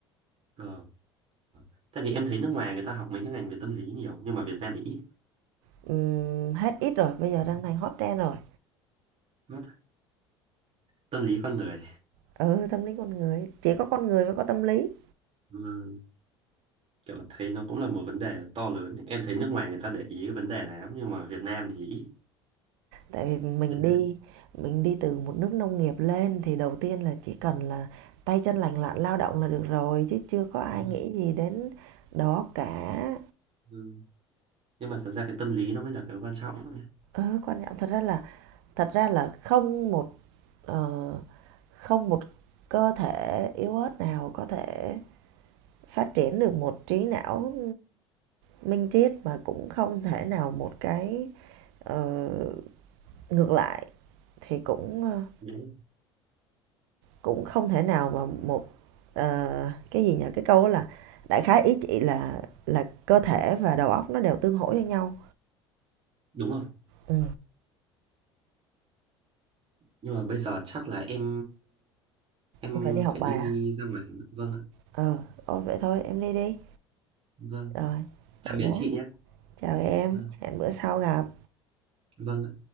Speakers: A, on the right; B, on the right.
A: Ờ, tại vì em thấy nước ngoài người ta học mấy cái ngành về tâm lý nhiều, nhưng mà Việt Nam thì ít.
B: Ừm, hết ít rồi, bây giờ
A: Ừ.
B: đang thành hot trend rồi.
A: Nó- Tâm lý con người.
B: Ừ, tâm lý con người, chỉ có con người mới có tâm lý.
A: Ừ, kiểu thấy nó cũng là một vấn đề to lớn. Em thấy nước ngoài người ta để ý cái vấn đề này lắm, nhưng mà Việt Nam thì ít.
B: Tại vì mình
A: Việt Nam.
B: đi mình đi từ một nước nông nghiệp lên thì đầu tiên là chỉ cần là tay chân lành lặn lao động là được rồi chứ chưa có ai
A: Đúng rồi.
B: nghĩ gì đến đó cả.
A: Ừ. Nhưng mà thật ra cái tâm lý nó mới là cái quan trọng. ấy.
B: Ừ, quan trọng thật ra là thật ra là không một ờ, không một cơ thể yếu ớt nào có thể phát triển được một trí não minh triết mà cũng không thể nào một cái ờ, ngược lại thì cũng ờ,
A: Đúng.
B: cũng không thể nào mà một ờ, cái gì nhỉ cái câu đó là đại khái ý chị là là cơ thể và đầu óc nó đều tương hỗ với nhau
A: Đúng rồi.
B: ừ
A: nhưng mà bây giờ chắc là em em
B: em phải đi học
A: phải
B: bài
A: đi
B: à
A: ra ngoài vâng ạ
B: ờ ôi vậy thôi em đi đi
A: vâng
B: rồi
A: tạm
B: vậy
A: biệt
B: nhé
A: chị nhé
B: chào em
A: vâng
B: hẹn bữa sau gặp
A: vâng